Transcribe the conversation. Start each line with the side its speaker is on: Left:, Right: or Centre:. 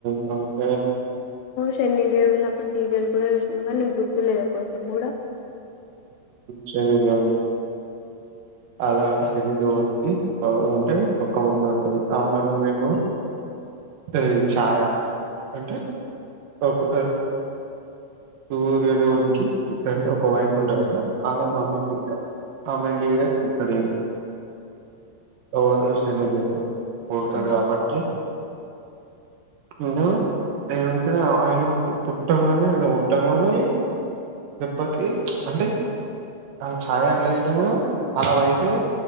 Right: మంట
Left: చెన్నీ దేవి ఉన్నప్పుడు సీరియల్ కూడా చూసినామం కానీ నీకు గుర్తులేద కొంచెం కూడా
Right: శని దే అలా శనిదేవానికి అంటే పక్క అమ్మ ఉంటాంది ఆ అమ్మా అమ్మేము అది చాయా ఏంటి ఓకే సూర్యదేవునికింటే ఒక వైఫ్ ఉంటే కదా ఆమె అమ్మయిడు అమ్మాయి పూడేతాడున ఎవరు శని దేవుడు పడుతాడు
Left: ఉమ్
Right: కాబట్టి అయ్యొ ఏంటిది పూట్టిగా అయన పుట్టంగానే పుట్టి అని దెబ్బకి అంటే ఆ చాయ అనేది అనెడి అ వైఫే